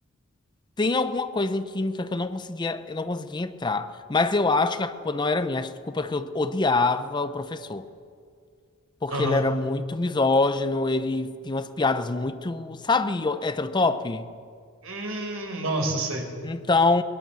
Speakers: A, on the left; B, on the right.
A: Tem alguma coisa em química que eu não conseguia, eu não conseguia entrar. Mas eu acho que a culpa não era minha, acho que a culpa é que eu odiava o professor. Porque
B: Aham.
A: ele era muito misógino, ele tinha umas piadas muito, sabe, heterotop?
B: Hum, nossa, sei.
A: Então,